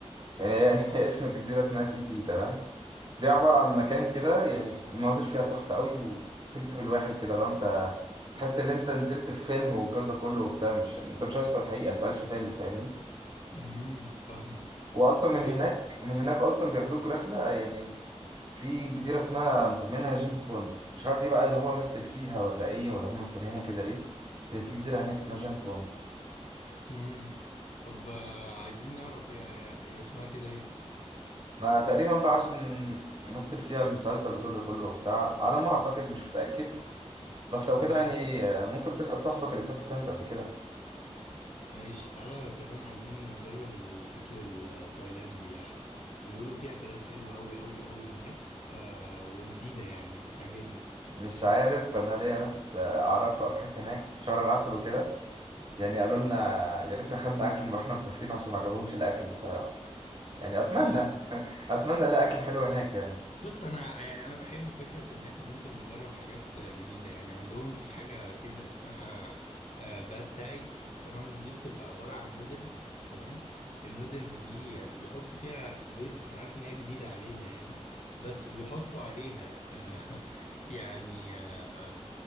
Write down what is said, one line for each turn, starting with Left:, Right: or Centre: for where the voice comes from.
Right: يعني هي <laughs> اسم الجزيرة اسمها فيفي تمام دي عبارة عن مكان كده يعني المناظر فيها تحفة قوي وتجذب الواحد كده لو انت تحس ان انت نزلت في فيلم والجو ده كله وبتاع مش انت مش عايش في الحقيقة انت عايش في فيلم فاهمني
Left: امم فاهمك
Right: واصلا من
Left: طيب
Right: هناك من هناك اصلا بياخدوك رحلة يعني في جزيرة اسمها مسمينها جيمس بوند مش عارف دي بقى اللي هو مثل فيها ولا ايه ولا هم مسمينها كده ليه بس في جزيرة هناك اسمها جيمس بوند
Left: امم طب آه، عايزين نعرف هي هي هي اسمها كده ليه
Right: ما تقريبا بقى عشان مثل فيها المسلسل والجو ده كله وبتاع على ما اعتقد مش متأكد بس لو
Left: اها
Right: كده يعني آه، ممكن تسأل صاحبك اللي سافر تايلاند قبل كده
Left: ماشي تعالى كمان عايزين نجرب الاكل التايلاندي يعني بيقولوا فيه اكلات حلوة اوي اوي اوي هناك آه وجديدة يعني هتعجبنا
Right: مش عارف انا ليا ناس آه، اعرفها راحت هناك في شهر العسل وكده يعني قالوا لنا يا ريتنا خدنا اكل من واحنا مسافرين عشان ما عجبهمش الاكل ف يعني اتمنى
Left: آه.
Right: <laughs> اتمنى الاقي اكل حلو هناك يعني
Left: بص انا يعني انا بحب فكره ان احنا ممكن نجرب حاجات جديده يعني عندهم في حاجه كده اسمها آه، باد تاي تمام دي بتبقى عباره عن نودلز تمام النودلز دي بيحطوا فيها بيض انا عارف ان هي جديده علينا يعني بس وبيحطوا عليها آه، <laughs> يعني آه،